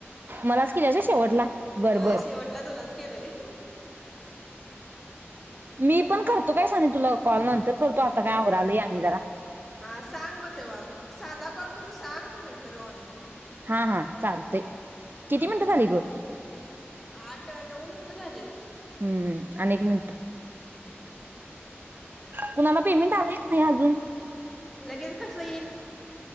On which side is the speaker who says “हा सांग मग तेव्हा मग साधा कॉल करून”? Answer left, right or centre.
Centre